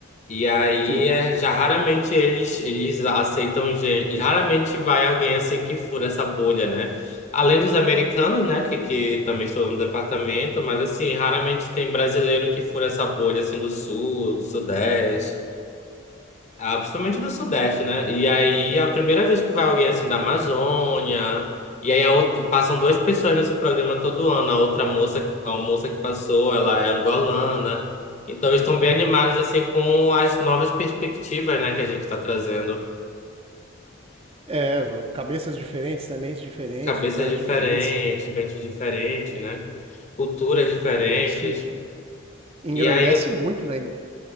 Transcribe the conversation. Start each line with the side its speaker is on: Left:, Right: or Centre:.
Left: E aí,
Right: Sim.
Left: é, já raramente eles, eles aceitam gente. Raramente vai alguém assim que fura essa bolha, né? Além dos americanos, né? Que, que também estão no departamento, mas assim, raramente tem brasileiro que fura essa bolha assim do sul, do sudeste. Ah, principalmente do Sudeste, né? E aí, a primeira vez que vai alguém assim da Amazônia, e aí a outra- passam duas pessoas nesse programa todo ano. A outra moça, que- a moça que passou, ela é angolana. Então, eles estão bem animados assim com as novas perspectivas, né, que a gente está trazendo.
Right: É, cabeças diferentes, sementes diferentes,
Left: Cabeças
Right: lugares
Left: diferentes,
Right: diferentes.
Left: mentes diferentes, né? Culturas diferentes.
Right: Pô, isso isso engrandece
Left: E aí, eu...
Right: muito, né?